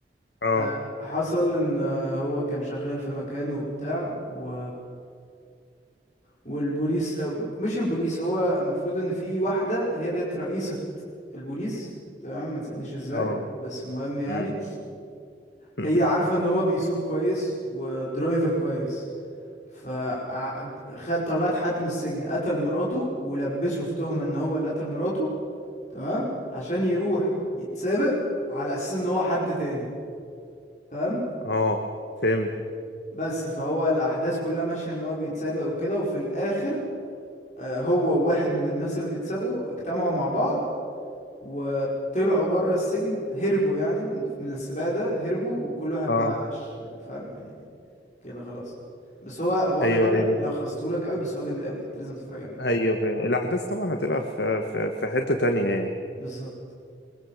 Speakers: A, on the left; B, on the left.
A: اه
B: آه، حصل ان آه، هو كان شغال في مكانه وبتاع و... والبوليس أو مش البوليس هو المفروض ان في واحدة هي ديت رئيسة البوليس تمام ما تسألنيش ازاي
A: اه
B: بس المهم يعني
A: امم <laughs>
B: هي عارفة ان هو بيسوق كويس ودرايفر كويس فطلعت حد من السجن قتل مراته ولبسه في تهمة ان هو اللي قتل مراته تمام عشان يروح يتسابق على اساس ان هو حد تاني فاهم
A: اه فهمت
B: بس فهو الاحداث كلها ماشية ان هو بيتسابق وكده وفي الاخر آه، هو وواحد من الناس اللي بيتسابقوا اجتمعوا مع بعض وطلعوا بره السجن هربوا يعني من من السباق ده هربوا وكل واحد
A: اه
B: بقى عاش فاهم يعني كده خلاص بس هو هو
A: ايوه
B: انا كده
A: ايوه
B: لخصتهولك قوي بس هو جامد قوي انت لازم تتفرج عليه
A: ايوه فهمت. الاحداث طبعا هتبقى في في في حتة تانية يعني
B: بالظبط